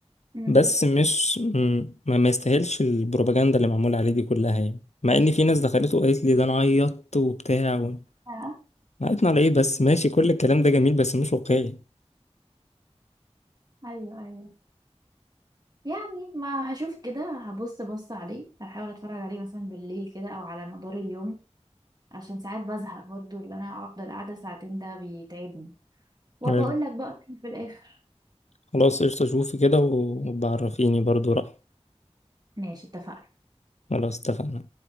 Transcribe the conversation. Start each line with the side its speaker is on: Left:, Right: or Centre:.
Right: مم.
Left: بس مش م- ما ما يستاهلش البروباجندا اللي معموله عليه دي كلها يعني مع ان في ناس دخلته وقالت لي ده انا عيطت وبتاع و...
Right: آه.
Left: عيطنا على ايه بس ماشي كل الكلام ده جميل بس مش واقعي
Right: ايوه ايوه يعني ما هشوف كده هبص بص عليه هحاول اتفرج عليه مثلا بالليل كده او على مدار اليوم عشان ساعات بزهق برضو اللي انا افضل قاعدة ساعتين ده بيتعبني وبقول
Left: أيوة.
Right: لك بقى رأيي في الاخر
Left: خلاص قشطه شوفي كده و- وبعرفيني برضو رأيي
Right: ماشي اتفقنا
Left: خلاص اتفقنا